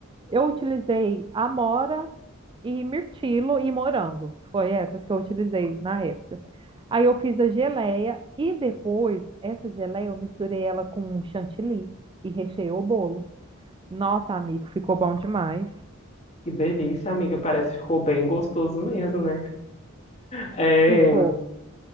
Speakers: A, on the right; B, on the left.
A: Eu utilizei amora, e mirtilo e morango. Foi essas que eu utilizei na época. Aí eu fiz a geleia e depois essa geleia eu misturei ela com um chantilly e recheei o bolo. Nossa, amigo, ficou bom demais.
B: Que delícia, amiga. Parece que ficou bem gostoso mesmo, né? É,
A: Ficou.